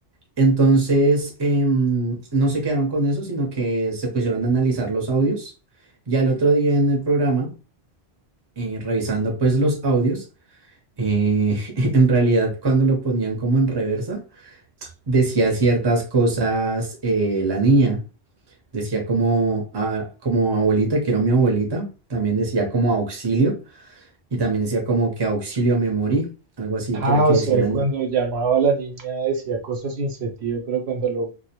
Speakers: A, on the right; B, on the right.
A: Entonces, em, no se quedaron con eso, sino que se pusieron a analizar los audios y al otro día en el programa eh, revisando pues los audios, eh, <laughs> en realidad cuando lo ponían como en reversa, decía ciertas cosas eh, la niña, decía como, ah, como abuelita, quiero a mi abuelita, también decía como auxilio y también decía como que auxilio me morí, algo así
B: Ah,
A: que era que
B: o
A: decía
B: sea,
A: la
B: cuando
A: niña.
B: llamaba a la niña decía cosas sin sentido, pero cuando lo